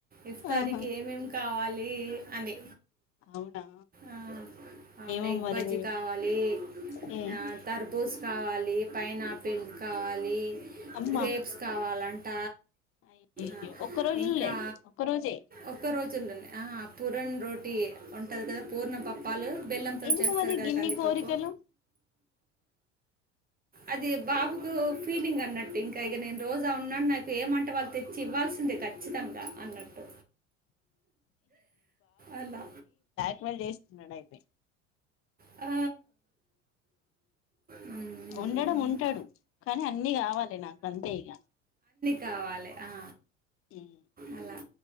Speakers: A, on the right; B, on the left.
A: ఇఫ్తారీకి
B: ఆహా
A: ఏమేం కావాలి, అని.
B: అవునా
A: ఆ అవున్
B: ఏమో
A: ఎగ్
B: మరి
A: బజ్జీ
B: మీ
A: కావాలి,
B: ఉమ్
A: ఆ తర్బూస్ కావాలి, పైనాపిల్ కావాలి,
B: అమ్మా
A: గ్రేప్స్ కావాలంట.
B: అయ్యయ్యో
A: ఆ
B: ఒక్క రోజులే
A: ఇంకా
B: ఒక్క రోజే
A: ఒక్క రోజుల్లోనే. ఆ పూరన్ రోటీ ఉంటాద్ గదా, పూర్ణం పప్పాలు. బెల్లంతోని
B: ఎందుకు
A: చేస్తారు
B: మరి
A: కదా,
B: గిన్ని
A: కందిపప్పు.
B: కోరికలు
A: అది బాబుకు ఫీలింగ్ అన్నట్టు. ఇంకా ఇగ నేను రోజా ఉన్నాన్, నాకు ఏమంటే వాళ్ళు తెచ్చి ఇవ్వాల్ ల్సిందే ఖచ్చితంగా, అన్నట్టు అలా.
B: ఇవాల్ జేస్తున్నాడు అయిపే,
A: ఆ. మ్మ్.
B: ఉండడం ఉంటాడు, కానీ అన్నీ కావాలే నాకు అంతే ఇగ.
A: కావాలే ఆ.
B: ఉమ్
A: అలా